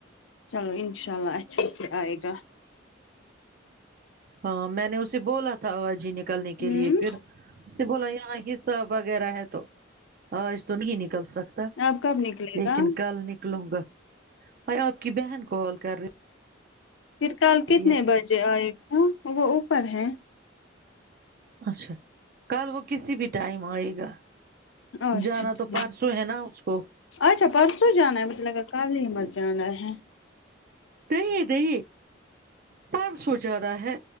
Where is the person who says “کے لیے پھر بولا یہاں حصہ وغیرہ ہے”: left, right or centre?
Right